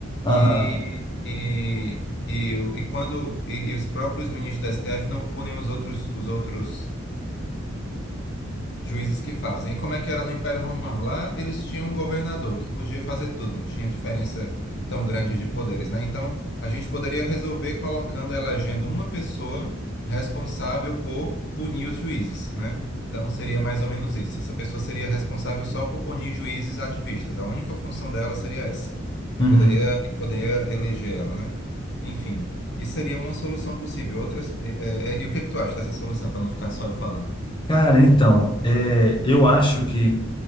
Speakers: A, on the left; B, on the left.
A: Aham.
B: E, e, e, o- e quando e, e os próprios ministros da STF não punem os outros, os outros juízes que fazem. E como é que era no Império Romano? Lá eles tinham um governador que podia fazer tudo, não tinha diferença tão grande de poderes, né? Então, a gente poderia resolver colocando, elegendo uma pessoa responsável por punir os juízes, né? Então, seria mais ou menos isso. Essa pessoa seria responsável só por punir juízes ativistas. A única função dela seria essa. Aí
A: Uhum.
B: poderia, poderia eleger ela, né? Enfim, isso seria uma solução possível. Outras, eh, eh, e o que que tu acha dessa solução, para não ficar só eu falando?
A: Cara, então, é, eu acho que